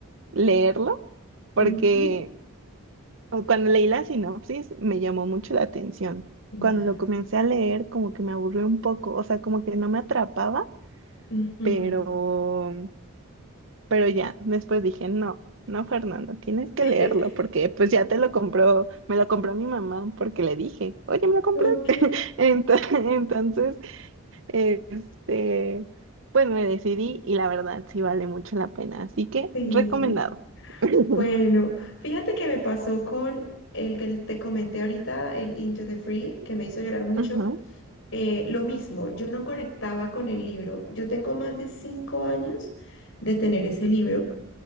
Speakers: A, on the right; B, on the left.
A: leerlo, porque
B: Ujú,
A: cuando leí la sinopsis me llamó mucho la atención.
B: Ya,
A: Cuando lo comencé a leer, como que me aburrió un poco, o sea, como que no me atrapaba,
B: ujú.
A: pero, pero ya, después dije, no, no, Fernando, tienes que
B: <laughs>
A: leerlo, porque pues ya te lo compró, me lo compró mi mamá, porque le dije, oye, me lo compré.
B: Ok,
A: <laughs> Entonces, Este, pues me decidí y la verdad sí vale mucho la pena. Así que
B: sí,
A: recomendado. <laughs>
B: Bueno, fíjate que me pasó con el que te comenté ahorita, el Into the Free, que me hizo llorar mucho.
A: Ujú,
B: Eh, lo mismo, yo no conectaba con el libro. Yo tengo más de cinco años de tener ese libro,